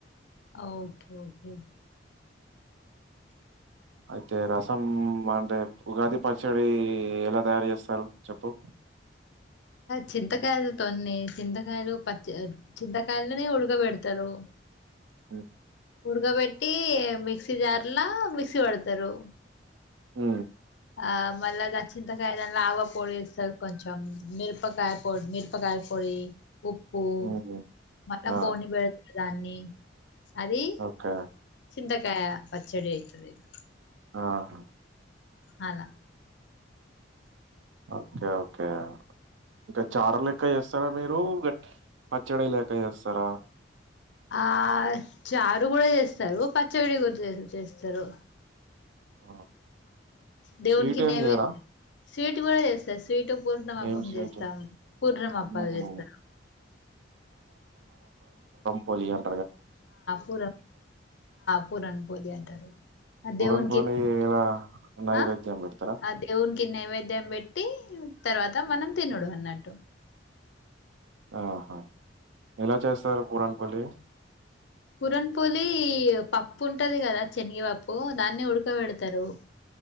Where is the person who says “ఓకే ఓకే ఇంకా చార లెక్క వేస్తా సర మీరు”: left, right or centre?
Right